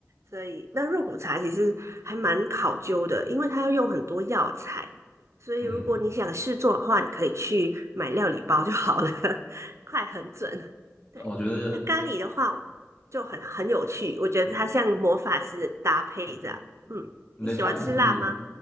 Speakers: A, on the right; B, on the left.
A: 所以那肉骨茶其实还蛮考究的，因为它要用很多药材，所以如果你想试做的话，
B: 嗯，
A: 你可以去买料理包就好了。<laughs> 快很准。对，
B: 我觉得
A: 那咖喱的话就很很有趣，我觉得它像魔法师的搭配这样。嗯，
B: 你的咖喱是
A: 你喜欢吃辣吗？